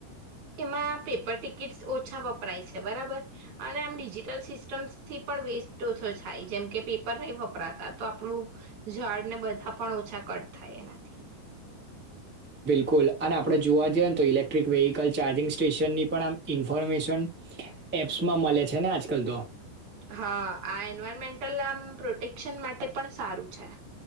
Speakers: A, on the right; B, on the right.
A: એમાં પેપર ટિકિટ્સ ઓછા વપરાય છે બરાબર અને આમ ડિજિટલ સિસ્ટમ્સ થી પણ વેસ્ટ ઓછો થાય જેમ કે પેપર નહીં વપરાતા તો આપણું ઝાડ ને બધા પણ ઓછા કટ થાય એનાથી.
B: કુલ અને આપણે જોવા જઈએ ને તો ઇલેક્ટ્રિક વેહકલ ચાર્જિંગ સ્ટેશનની પણ આમ ઇન્ફોર્મેશન એપ્સમાં મળે છે ને આજકાલ તો.
A: હા આ એન્વાયરમેન્ટલ આમ પ્રોટેક્શન માટે પણ સારું છે.